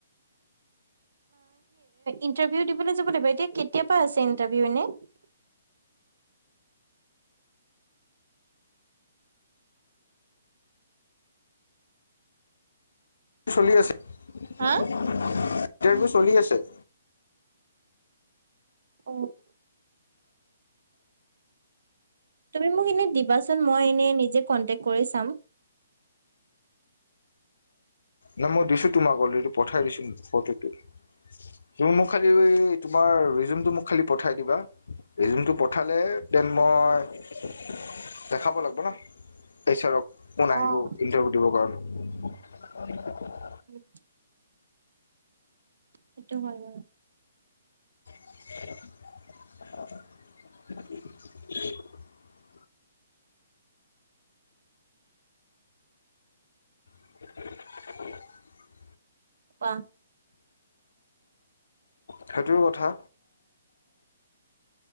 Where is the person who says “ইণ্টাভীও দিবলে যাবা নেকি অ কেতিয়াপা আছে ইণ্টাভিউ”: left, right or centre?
Right